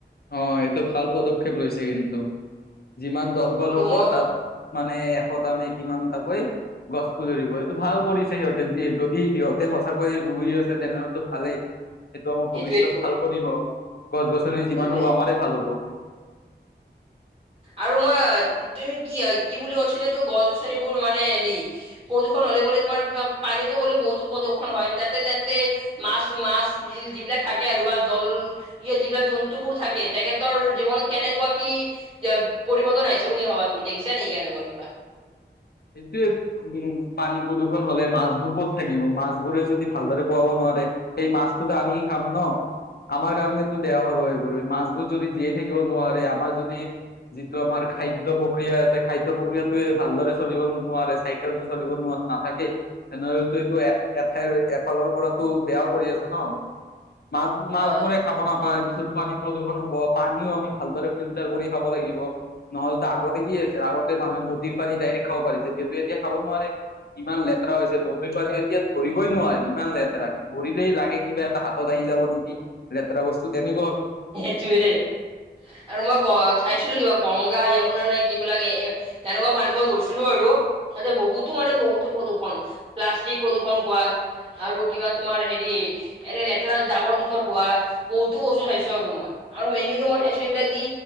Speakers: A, on the left (about 60°); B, on the right (about 30°).
A: অ এইটো ভাল পদক্ষেপ লৈছে কিন্তু যিমান দতবল
B: এইটো
A: হ'ব
B: মই
A: তাত মানে এশটা নে কিমানটাকৈ গছ পুলি ৰুব এইটো ভালও পৰিছে সিহঁত। যদি সিহঁতে সঁচাকৈয়ে ৰুই আছে তেনে হ'লেটো ভালেই সেইটো আমাৰ
B: সেইটোৱেটো
A: ভৱিষ্- ত ভাল কৰিব, গছ গছনি
B: সেইটোৱে।
A: যিমান হ'ব আমাৰ ভাল হ'ব।
B: আৰু মই তুমি কি কি বুলি কৈছিলেটো গছ গছনিবোৰ মানে হেৰি প্ৰদূষণ হ'লে বুলি তোমাৰ কিবা পানীতো হ'লেও বহুতো প্ৰদূষণ হয় তাতে তেন্তে মাছ মাছ বি- যিবিলাক থাকে আৰু বা জল যিবিলাক জন্তুবোৰ থাকে তেখেতৰ জীৱনত কেনেকুৱা কি পৰিৱৰ্তন আহিছে বুলি ভাবা তুমি দেখিছা নে কেনেকুৱা কিবা।
A: সেইটোয়ে, উম 'পানী প্ৰদূষণ হলে মাছবোৰ ক'ত থাকিব। মাছ বোৰে যদি ভালদৰে খোৱাব নোৱা- ততে সেই মাছটোত আমি খাম ন। আমাৰ কাৰণেটো বেয়া হ'ব মাছবোৰ যদি জীয়াই থাকিব নোৱাৰে আমাৰ যদি। যিটো আমাৰ খাদ্য প্ৰক্ৰিয়া আছে খাদ্য প্ৰক্ৰিয়াতোৱে ভালদৰে। চলিব নোৱাৰে চাইকেলটো চলিব ন নাথাকেই তেনেহলেতো এইটো এ এঠাইৰ এফালৰ পৰা টো বেয়াও কৰি আছে ন মাছ মাছ
B: হয়
A: বোৰে খাব নাপায় পিছত পানী প্ৰদূষণ হব। পানীও আমি ভালদৰে ফিল্টাৰ কৰি খাব লাগিব নহ'লেতো আগতে কি আছে আগতে মানুহে নদীৰ পানী ডাইৰেক্ট খাব পাৰিছে। কিন্তু এতিয়া খাব নোৱাৰে। ইমান লেতেৰা হৈছে নদীৰ পানী এতিয়া ধৰিবই নোৱাৰি ইমান লেতেৰা ধৰিলেই লাগে কিবা এটা হাতত আহি যাব নেকি লেতেৰা বস্তু তেনে
B: সেইটোৱেই আৰু মই গ চাইছিলো কিবা গংগ যমুনা নে কি বিলাক এ তেনেকুৱা পানী মই গৈছিলো আৰু তাতে বহুতো মানে বহুতো প্ৰদূষণ। প্লাষ্টিক প্ৰদূৰষণ কৰা আৰু কিবা তোমাৰ হেৰি এনে লেতেৰা জাবৰ জোথৰ কোৱা বহুতো বস্তু চাই চ আৰু মই মেইনলি মই চাইছো এইবিলাক যি